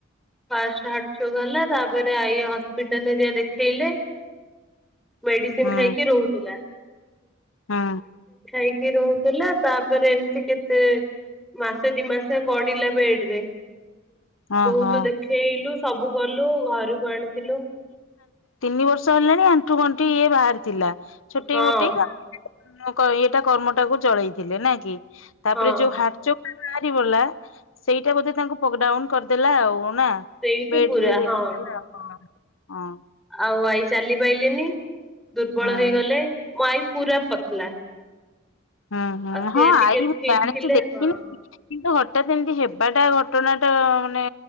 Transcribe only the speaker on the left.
ହୁଁ
ହୁଁ
ହଁ
ହଁ
ତିନି ବର୍ଷ ହେଲାଣି ଆଣ୍ଠୁ ଗଣ୍ଠି ଇଏ ବାହାରି ଥିଲା ଛୋଟେଇ
ମୋଟେଇ ମୋକ ଏଇଟା କର୍ମଟାକୁ ଚଳେଇଥିଲେ ନା କି ତାପରେ
ଯୋଉ ହାଟଚୋକ ବାହାରିପଡିଲା ସେଇଟା ବୋଧେ ତାଙ୍କୁ ପକଡାଉନ କରିଦେଲା ଆଉ ନା।
ବେଡରେ
ଇଏ
କରିଦଲେ ହଁ ହଁ।
ହଁ
ହଁ ହଁ
ହଁ
ଆଇ ମୁଁ
ଜାଣିଛି
ଦେଖିନି
କିନ୍ତୁ ହଠାତ୍ ଏମିତି ହେବାଟା ଘଟଣା ଟା ମାନେ